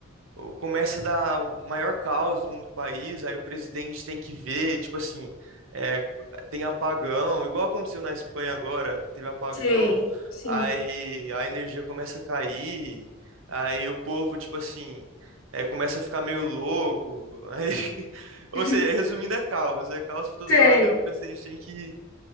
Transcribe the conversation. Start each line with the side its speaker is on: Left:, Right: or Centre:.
Right: o- começa a dar o maior caos num país, aí o presidente tem que ver, tipo assim, é, tem apagão, igual aconteceu na Espanha agora, teve apagão,
Left: Sei. Sim.
Right: aí a energia começa a cair, aí o povo, tipo assim, é, começa a ficar meio louco, aí, <laughs> ou
Left: <laughs>
Right: seja, resumindo, é caos, é caos por todo
Left: Sei.
Right: lado e o presidente tem que